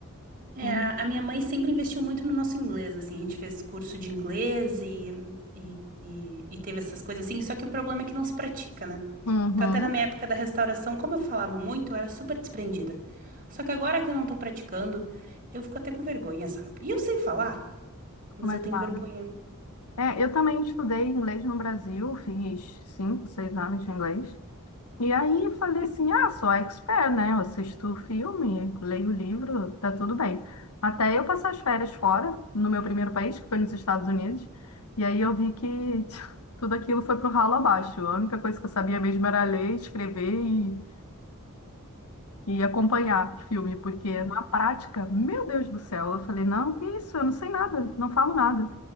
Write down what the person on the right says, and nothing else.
É,
a a minha mãe sempre investiu muito no nosso inglês, assim, a gente fez curso de inglês e, e, e, e teve essas coisas assim, só que o problema é que não se pratica, né?
Então, até na minha época da restauração, como eu falava muito, eu era super desprendida. Só que agora que eu não tô praticando, eu fico até com vergonha, sabe? E eu sei falar, mas
eu tenho
vergonha.
Uhum.